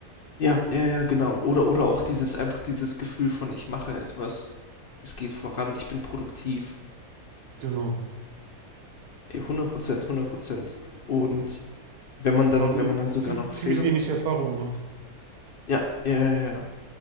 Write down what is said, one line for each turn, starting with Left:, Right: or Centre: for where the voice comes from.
Left: Ja, ja, ja, genau. Oder, oder auch dieses, einfach dieses Gefühl von, ich mache etwas, es geht voran, ich bin produktiv.
Right: Genau.
Left: Ey, hundert Prozent, hundert Prozent. Und wenn man dann,
Right: Haben wir
Left: wenn man dann sogar
Right: ziem-
Left: noch
Right: ziemlich
Left: Fehler
Right: ähnliche
Left: macht.
Right: Erfahrungen gemacht.
Left: Ja, ja, ja, ja. ja.